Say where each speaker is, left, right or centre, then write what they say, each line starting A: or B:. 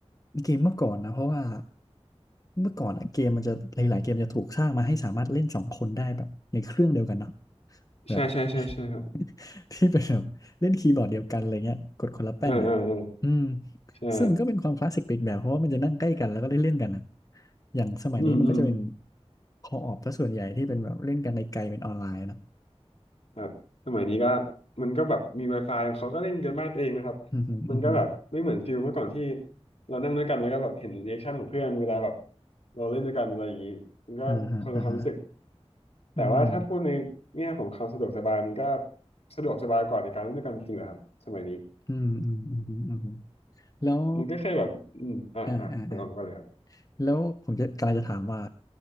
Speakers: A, on the left (about 30°); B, on the left (about 70°).
A: เกมเมื่อก่อนนะเพราะว่าเมื่อก่อนอะเกมมันจะหลายๆเกมจะถูกสร้างมาให้สามารถเล่นสองคนได้แบบในเครื่องเดียวกันเนาะแบบ
B: ใช่ใช่ใช่ใช่ครับ
A: <laughs> ที่เป็นแบบเล่นคีย์บอร์ดเดียวกันอะไรเงี้ยกดคนละแป้นอ่ะ
B: เออเออเออ
A: อืม
B: ใช่
A: ซึ่งมันก็เป็นความคลาสสิกไปอีกแบบเพราะว่ามันจะนั่งใกล้กันแล้วก็ได้เล่นกันอะอย่างสมัยนี้มันก็จะเป็น
B: อืมอืม
A: คอออฟซะส่วนใหญ่ที่เป็นแบบเล่นกันในไกลเป็นออนไลน์เนาะ
B: ครับสมัยนี้ก็มันก็แบบมี Wi-Fi เขาก็เล่นกันบ้านตัวเองนะครับ
A: อืมฮึอืมฮึ
B: มันก็แบบไม่เหมือนฟิลเมื่อก่อนที่เรานั่งด้วยกันแล้วก็แบบเห็นรีแอคชั่นของเพื่อนเวลาแบบเราเล่นด้วยกันอะไรอย่างนี้มันก็คนละความรู้สึก
A: อ่าฮะอ่าฮะ
B: แต่ว่าถ้าพูดในแง่ของความสะดวกสบายมันก็
A: อืม
B: สะดวกสบายกว่าในการเล่นด้วยกันจริงเหรอครับสมัยนี้
A: อืมอืมอืมอืมอืมแล้ว
B: มันก็แค่แบบอืมอ่ะอ่ะคุณออมก็เลยครับ
A: อ่าอ่าอ่าแล้วผมจะกำลังจะถามว่า